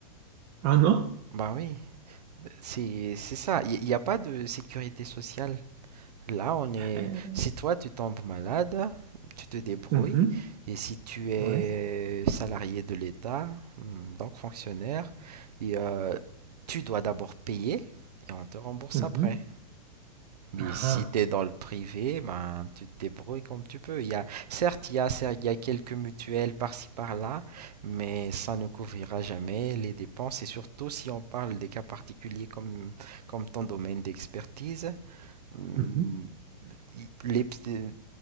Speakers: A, on the right; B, on the right.
A: Ah non?
B: Bah oui, c'est c'est ça, il n'y a pas de sécurité sociale. Là, on est...
A: Euh,
B: Si toi, tu tombes malade, tu te débrouilles,
A: mhm,
B: et si tu es
A: ouais,
B: salarié de l'État, hmm, donc fonctionnaire, et, euh, tu dois d'abord payer, et on te rembourse
A: mhm,
B: après. Mais
A: ah,
B: si tu es dans le privé, ben, tu te débrouilles comme tu peux. Il y a, certes, il y a, cer- il y a quelques mutuelles par-ci par-là, mais ça ne couvrira jamais les dépenses. Et surtout si on parle des cas particuliers comme, comme ton domaine d'expertise, hum,
A: mhm,
B: i- les, ps- euh,